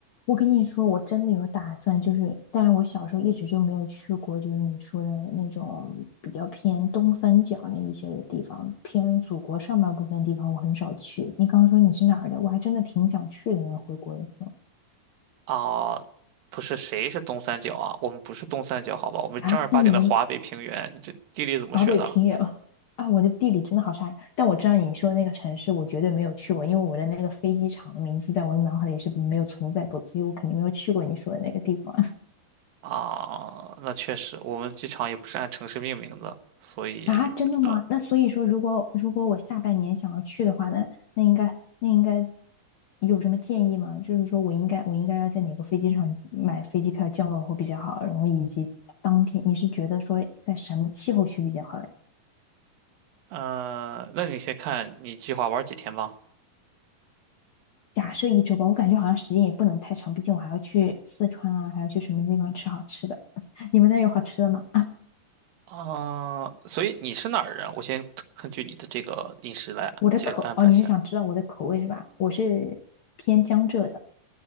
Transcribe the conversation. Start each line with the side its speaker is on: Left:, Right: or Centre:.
Left: 我跟你说，我真的有打算，就是，但是我小时候一直就没有去过，就是你说的那种比较偏东三角那一些的地方，偏祖国上半部分地方，我很少去。你刚刚说你是哪儿的，我还真的挺想去的呢。回国以后
Right: 啊，不是谁是东三角啊？我们不是东三角，好吧？我们正儿八经的华北平原。
Left: 啊，那你们
Right: 你这地理怎么学的？
Left: 华北平原 <laughs> 啊，我的地理真的好差呀。但我知道你说的那个城市，我绝对没有去过，因为我的那个飞机场的名字在我的脑海里是没有存在过，所以我肯定没有去过你说的那个地方。
Right: 啊，那确实，我们机场也不是按城市命名的，所以不知道。
Left: 啊，真的吗？那所以说，如果如果我下半年想要去的话，那那应该那应该有什么建议吗？就是说我应该我应该要在哪个飞机场买飞机票降落会比较好，然后以及当天你是觉得说在什么气候区比较好嘞
Right: 嗯，那你先看你计划玩几天吧。
Left: 假设一周吧，我感觉好像时间也不能太长，毕竟我还要去四川啊，还要去什么地方吃好吃的。<laughs> 你们那有好吃的吗？<laughs> 啊
Right: 啊，所以你是哪儿人啊我先根据你的这个饮食来接安排一下。
Left: 我的口，哦，你是想知道我的口味是吧？我是偏江浙的，